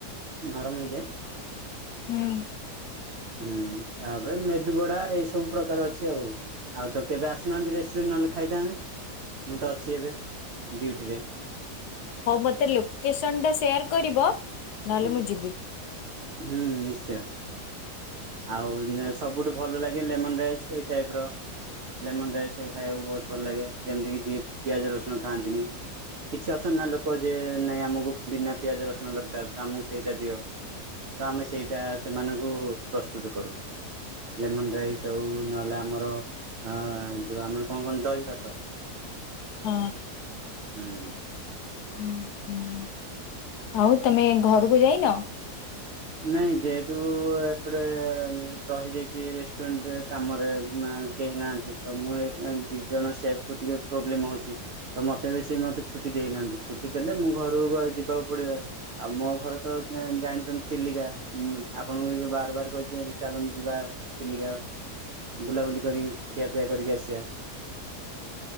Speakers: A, on the right (about 80°); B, on the left (about 75°).
A: ନରମ ହେଇଯାଏ।
B: <unintelligible> ହୁଁ।
A: ହୁଁ ତାପରେ ମେଦୁବଡା ଏଇ ସବୁ ପ୍ରକାର ଅଛି ଆଉ। ଆଉ ତ କେବେ ଆସୁନାହାନ୍ତି ରେଷ୍ଟୁରାଣ୍ଟ ନହେଲେ ଖାଇଥାନ୍ତେ ମୁଁ ତ ଅଛି ଏବେ ଡ୍ୟୁଟିରେ।
B: ହଉ ମତେ ଲୋକେସନ ଟା ସେୟାର କରିବ ନହେଲେ
A: ଆଜ୍ଞା
B: ମୁଁ ଯିବି।
A: ହୁଁ ନିଶ୍ଚୟ। ଆଉ ସବୁଠୁ ଭଲ ଲାଗେ ଲେମନ ରାଇସ୍ ଏଇ ଟାଇପର। ଲେମନ ରାଇସ୍ ଖାଇବାକୁ ବହୁତ ଭଲ ଲାଗେ ଯେମିତିକି ଯିଏ ପିଆଜ ରସୁଣ ଖାଆନ୍ତିନି। କିଛି ଅଛନ୍ତି ନା ଲୋକ ଯେ ନାଇଁ ଆମକୁ ବିନା ପିଆଜ ରସୁଣ ଦରକାର ତ ଆମକୁ ସେଇଟା ଦିଅ ତ ଆମେ ସେଇଟା ସେମାନଙ୍କୁ ପ୍ରସ୍ତୁତ କରୁ ଲେମନ ରାଇସ୍ ହଉ ନହେଲେ ଆମର ହଁ ଯୋଉ ଆମର କଣ କଣ? ଦହି ଭାତ।
B: ହଁ।
A: ହୁଁ।
B: <unintelligible> ଆଉ ତମେ ଘରକୁ ଯାଇନ
A: ନାଇଁ ଯେହେତୁ ଏପଟେ ରହିଯାଇଛି ରେଷ୍ଟୁରାଣ୍ଟରେ କାମରେ କେହି ନାହାନ୍ତି ତ ମୁଁ ଦି ଜଣ ସେଫକୁ ଟିକେ ପ୍ରୋବ୍ଲେମ ହଉଛି। ତ ମତେ ବି ସେ ମତେ ଛୁଟି ଦେଇନାହାନ୍ତି ଛୁଟି ଦେଲେ ମୁଁ ଘରକୁ ଯିବାକୁ ପଡିବ। ଆଉ ମୋ ଘରେ ତ ଜାଣିଛନ୍ତି ଚିଲିକା ଆପଣଙ୍କୁ ଏବେ ବାର ବାର କହିଛି ଚାଲ ଯିବା ଚିଲିକା। ବୁଲାବୁଲି କରିକି ଖିଆପିଆ କରିକି ଆସିବା।